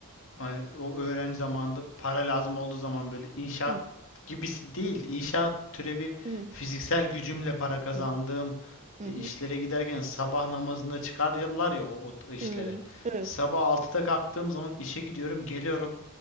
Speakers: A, on the left; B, on the right.
A: hani o öğrenci zamanında para lazım olduğu zaman böyle inşaat
B: hı
A: gibisi değil inşaat türevi
B: hı
A: fiziksel gücümle para kazandığım
B: hı hı
A: e,
B: hı.
A: işlere giderken sabah namazında çıkarlar ya o, o işlere.
B: hı. Evet.
A: Sabah altıda kalktığım zaman işe gidiyorum geliyorum